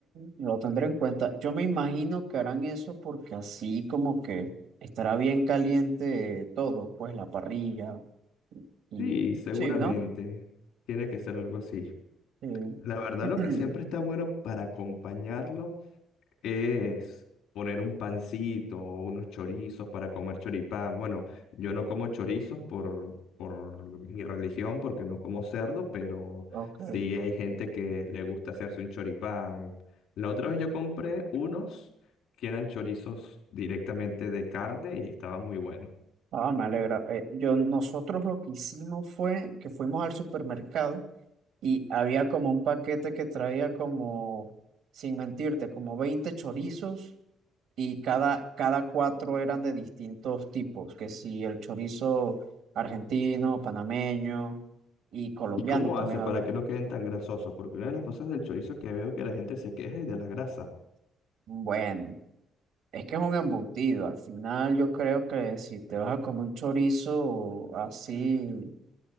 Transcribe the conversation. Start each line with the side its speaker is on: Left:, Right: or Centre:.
Right: lo tendré en cuenta. Yo me imagino que harán eso porque así como que estará bien caliente todo, pues la parrilla y
Left: Sí, seguramente.
Right: sí, ¿no?
Left: Tiene que ser algo así.
Right: Sí.
Left: La verdad,
Right: <clears throat>
Left: lo que siempre está bueno para acompañarlo es poner un pancito o unos chorizos para comer choripán. Bueno, yo no como chorizos por, por mi religión, porque no como cerdo, pero
Right: Ok.
Left: sí hay gente que le gusta hacerse un choripán. La otra vez yo compré unos que eran chorizos directamente de carne y estaban muy buenos.
Right: Ah, me alegra. Eh, yo, nosotros lo que hicimos fue que fuimos al supermercado y había como un paquete que traía como, sin mentirte, como 20 chorizos y cada, cada cuatro eran de distintos tipos, que si el chorizo argentino, panameño y colombiano
Left: ¿Y cómo
Right: también
Left: hace
Right: había.
Left: para que no queden tan grasosos? Porque una de las cosas del chorizo que veo que la gente se queja es de la grasa.
Right: Bueno, es que es un embutido. Al final yo creo que si te vas a comer un chorizo así